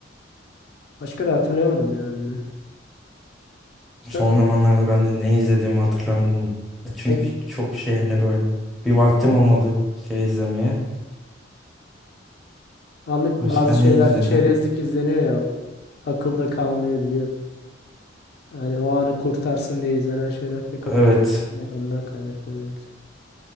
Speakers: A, on the left; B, in the centre.
A: Başka da hatırlayamadım ya ben de. Çok
B: Son zamanlarda ben de ne izlediğimi hatırlamıyordum. Çünkü
A: e,
B: çok şey hani böyle bir vaktim olmadı şey izlemeye.
A: anlık
B: Başka
A: bazı şeyler
B: ne izledim?
A: çerezlik izleniyor ya. Akılda kalmayabiliyor. Yani o anı kurtarsın diye izlenen şeyler pek
B: Evet.
A: akılda kalmıyor. Ondan kaynaklanıyor.